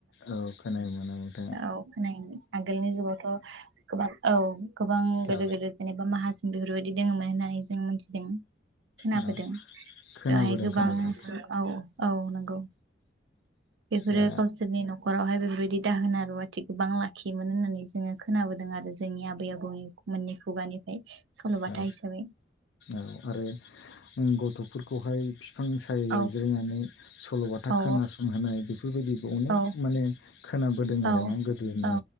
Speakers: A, on the left (about 70°); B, on the right (about 70°).
A: औ खोनायोमोन औ
B: औ खोनायोमोन आगोलनि जुगावथ' गोबां औ गोबां गोदोर
A: औ
B: गोदोर जेनेबा मा मासिं बेफोरबायदि दंङोमोन होननानै जों मोनथिदों खोनाबोदों
A: औ खोनाबोदों
B: बेवहाय गोबां
A: खोनाबोदों
B: औ औ नंगौ बेफोरो
A: दा
B: गावसोरनि नखरावहाय बेफोरबायदि दाहोना रुवाथि गोबां लाखियोमोन होननानै जोंङो खोनाबोदों आरो जोंनि आबै आबौनि मोननि खुगानिफ्राय सल'बाथा
A: औ
B: हिसाबै
A: औ आरो ओम गथफोरखौहाय बिफां सायायाव
B: औ
A: जिरायनानै सलबाथा
B: औ
A: खोनासंहोनाय बे बेफोरबायदिबो अनेक
B: औ
A: माने खोनाबोदों
B: औ
A: आरोना गोदोनि
B: औ